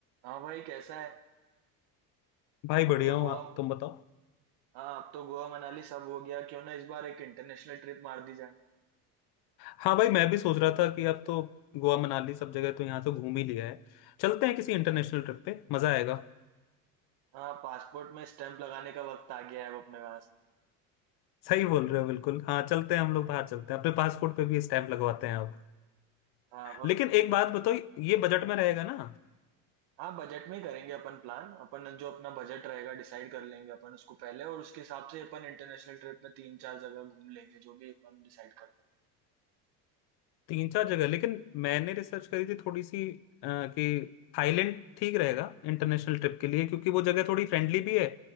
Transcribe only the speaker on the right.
हाँ भाई कैसा है
अब तो
गोवा
हाँ अब तो गोवा मनाली सब हो गया क्यों ना इस बार एक इंटरनेशनल ट्रिप मार दी जाए
हाँ पासपोर्ट में स्टैंप लगाने का वक्त आ गया है अब अपने पास
हाँ और
हाँ बजट में ही करेंगे अपन प्लान अपन जो अपना बजट रहेगा डिसाइड कर लेंगे अपन उसको पहले और उसके हिसाब से अपन इंटरनेशनल ट्रिप में तीन चार जगह घूम लेंगे जो भी अपन डिसाइड करते हैं